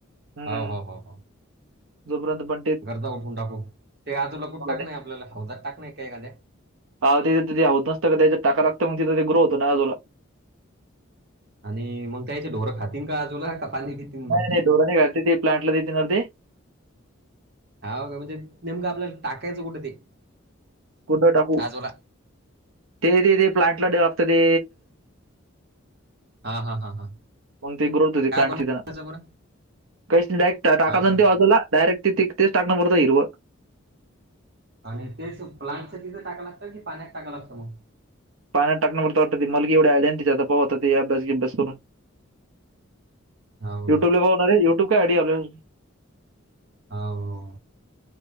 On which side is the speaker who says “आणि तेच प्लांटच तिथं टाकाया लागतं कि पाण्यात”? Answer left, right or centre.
Right